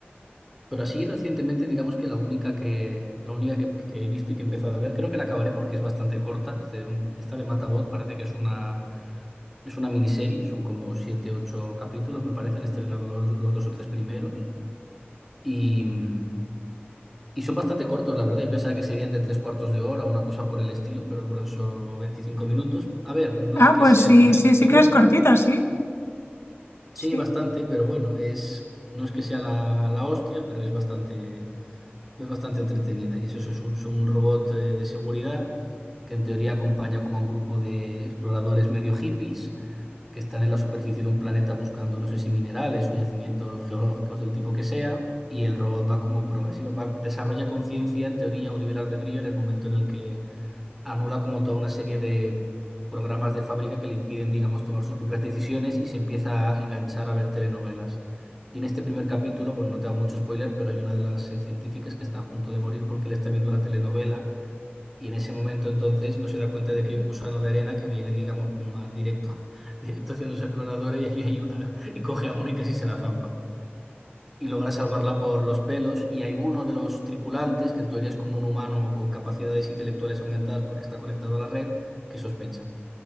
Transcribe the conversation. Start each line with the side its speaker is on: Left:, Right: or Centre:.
Centre: Pero así recientemente, digamos que la única que, la única que, que he visto y que he empezado a ver, creo que la acabaré porque es bastante corta. es de- mm, esta de Matabot parece que es una, es una miniserie, son como siete, ocho capítulos, me parecen estrenados los, los dos o tres primeros. Y, mm, y son bastante cortos, la verdad. Yo pensaba que serían de tres cuartos de hora, una cosa por el estilo, pero duran solo 25 minutos. A ver, no
Left: Ah,
Centre: es que
Left: pues
Centre: sea
Left: sí,
Centre: especialmente
Left: sí, sí
Centre: buena,
Left: que es cortita, sí. Sí.
Centre: sí, bastante, pero bueno, es, no es que sea la, la hostia, pero es bastante. es bastante entretenida. Y es eso, es un, son un robot eh, de seguridad que en teoría acompaña como a un grupo de exploradores medio hippies que están en la superficie de un planeta buscando, no sé si minerales o yacimientos geológicos del tipo que sea. Y el robot va como progresivo va- desarrolla conciencia en teoría o libre albedrío en el momento en el que anula como toda una serie de programas de fábrica que le impiden, digamos, tomar sus propias decisiones y se empieza a enganchar a ver telenovelas. Y en este primer capítulo, bueno, no te hago mucho spoiler, pero hay una de las eh, científicas que está a punto de morir porque él está viendo una telenovela y en ese momento entonces no se da cuenta de que hay un gusano de arena que viene, digamos, <laughs> mm, a- directo, <laughs> directo hacia los exploradores y, ahí- ahí va- y coge a una y casi se la zampa y logra salvarla por los pelos. Y hay uno de los tripulantes, que en teoría es como un humano con capacidades intelectuales aumentadas porque está conectado a la red, que sospecha.